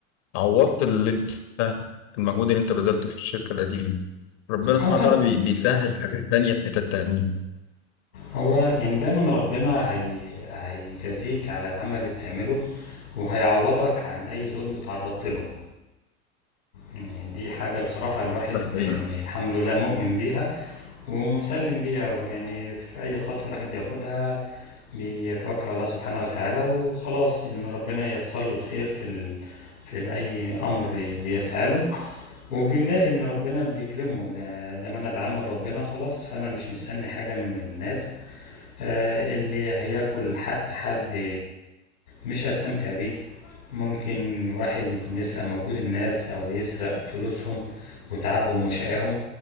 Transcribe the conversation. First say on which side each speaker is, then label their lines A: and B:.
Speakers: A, on the left; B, on the left.
A: عوضت اللي انت المجهود اللي انت بذلته في الشركة القديمة ربنا سبحانه
B: اه طبعا
A: وتعالى بي- بيسهل حاجات تانية في حتت تانية
B: هو يعني دايما ربنا هي... هيجازيك على العمل اللي بتعمله وهيعوضك عن أي ظلم تعرضت له يعني دي حاجة بصراحة الواحد
A: ده حقيقي
B: يعني الحمد لله مؤمن بيها ومسلم بيها يعني في أي خطوة الواحد بياخدها بيتوكل على الله سبحانه وتعالى وخلاص إن ربنا ييسر له الخير في ال... في أي أمر بيسعى له وبيلاقي إن ربنا بيكرمه ده ما أنا بعمل ربنا خلاص فأنا مش مستني حاجة من الناس آه، اللي هياكل حق حد مش هستمتع بيه ممكن واحد يكون يسرق مجهود الناس او يسرق فلوسهم وتعبهم وشقاهم